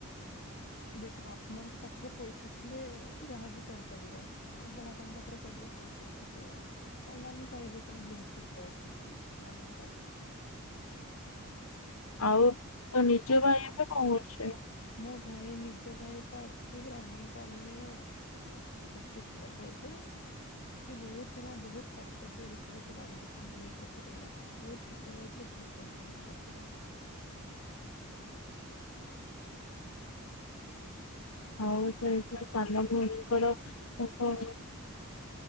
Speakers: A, on the left; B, on the left.
A: ଦେଖିବା ବାପା ମାଙ୍କ ପାଖରେ ପଇସା ଥିଲେ ଯାହା ବି କରିପାରିବେ ନା ବଡ଼ାପାଙ୍କ ପାଖରେ ପ୍ରବଳ ପଇସା। ତ ସିଏ କଲାନି ତାର ଏବେ କଣ ବ୍ଲିଙ୍କିଟି ରେ ଅଛି ତ ମ୍ୟାନେଜର୍।
B: ଆଉ ତୋ ନିଜ ଭାଇ ଏବେ କଣ କରୁଚି?
A: ମୋ ଭାଇ ନିଜ ଭାଇ ପା ଅଛି ବ୍ରାହ୍ମଣୀ ପାଲ ରେ ସେଫ୍ଟି ସୁପରଭାଇଜର୍। ସେ ବହୁତିନା ବହୁତ କର୍ତ୍ତବ୍ୟ ଭିତରେ ସେ ବାନ୍ଧିଛନ୍ଦି ହେଇକି ଅଛି ପିଲାଟା। ବହୁତ ଛୋଟ ବୟସରେ ବହୁତ ପରିଶ୍ରମ କରୁଚିରେ।
B: ଆଉ ସେ ଯୋଉ ସାନ ଭଉଣୀ ଙ୍କର ତାଙ୍କ